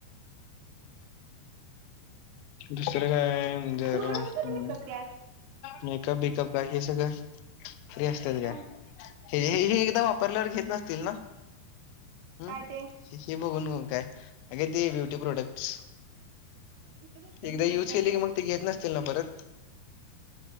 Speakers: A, on the left; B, on the right.
A: दुसरं काय जरा
B: डोळं
A: हम्म.
B: कशाला मिचकते आज
A: मेकअप बेकीअप काय हे सगळं फ्री असतेत का?
B: थांब
A: हे हे हे एकदा वापरल्यावर घेत नसतील ना? हम्म
B: काय ते
A: हे बघून बघून काय अग ते ब्युटी प्रोडक्ट्स?
B: इथं बस
A: एकदा युज केली की मग ते घेत नसतील ना परत?